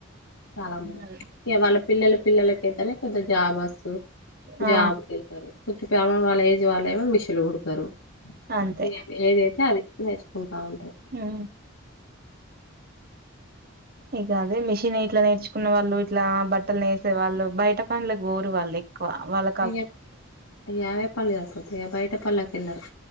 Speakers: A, on the left; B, on the right.
A: చాలా మంది
B: అదే.
A: ఇక వాళ్ళ పిల్లల పిల్లలకైతేనే కొద్ది జాబ్ వస్తు జాబ్కి
B: ఆ
A: వెళ్తారు చుట్ప అమ వాళ్ళ ఏజ్ వాళ్ళమో మిషీన్లు కుడతారు
B: అంతే
A: ఏ ఏదైతే అది నేర్చుకుంటా ఉంటం
B: ఆ ఇకదే మిషిన్ ఇట్లా నేర్చుకున్న వాళ్ళు ఇట్లా బట్టలు నేసే వాళ్ళు బయట పన్లకి పోరు వాళ్ళు వాళకు
A: ఇ యావే పన్లు సరిపోతాయి కదా బయట పన్లకెలరు